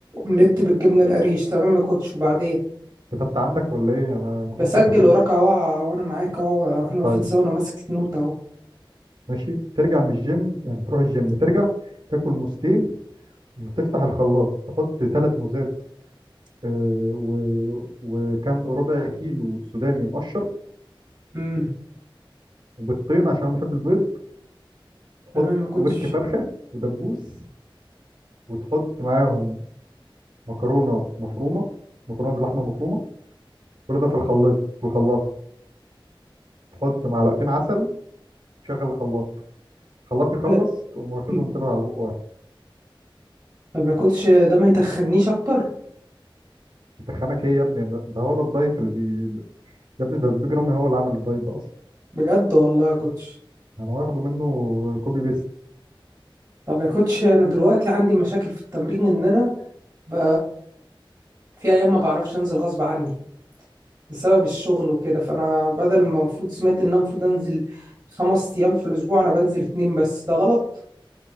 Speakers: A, on the right; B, on the right.
A: اومليت بالجبنه القريش تمام يا كوتش وبعدين
B: كتبت عندك ولا إيه أنا
A: بسجل
B: حاسك هتنسى
A: وراك اهو وانا معاك اهو احنا واقفين
B: طيب
A: سوا انا ماسك نوت اهو
B: ماشي ترجع من الجيم يعني تروح الجيم ترجع تاكل موزتين وتفتح الخلاط تحط ثلاث موزات آه، و... وكان ربع كيلو سوداني مقشر
A: امم
B: وبيضتين عشان أنا بحب البيض تحط
A: تمام يا كوتش
B: ورك فرخة ودبوس وتحط معاهم مكرونة مفرومة مكرونة باللحمة مفرومة كل ده في الخلاط في الخلاط تحط معلقتين عسل شغل الخلاط الخلاط يخلص
A: أه،
B: تقوم واخدهم
A: م-
B: كده على بق واحد
A: طب يا كوتش ده ما يتخنيش اكتر
B: انت خانك ايه يا ابني أنا- ده هو ده الدايت اللي بي يا ابني ده البيج رامي هو اللي عامل الدايت ده اصلا
A: بجد والله يا كوتش
B: انا واخده منه كوبي بيست
A: طب يا كوتش انا دلوقتي عندي مشاكل في التمرين ان انا ب... في ايام ما بعرفش انزل غصب عني بسبب الشغل وكده فانا بدل ما المفروض سمعت ان انا المفروض انزل خمس ايام في الاسبوع انا بنزل اتنين بس ده غلط